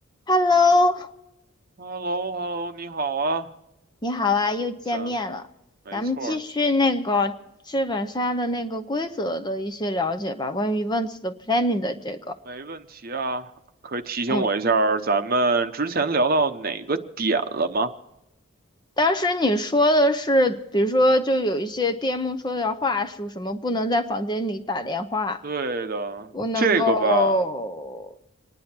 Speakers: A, on the left (about 20°); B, on the right (about 40°).
A: Hello，
B: h e l l o h e l l o 你好啊，
A: 你好啊，又见面了。
B: 咱没错儿，
A: 咱们继续那个剧本杀的那个规则的一些了解吧，关于 events 的 planning 的这个。
B: 没问题啊。可以提醒我一下儿咱们之前聊到哪个点了吗？
A: 嗯，当时你说的是，比如说就有一些 DM 说的要话术，什么不能在房间里打电话，
B: 对的，
A: 不能够，
B: 这个吧，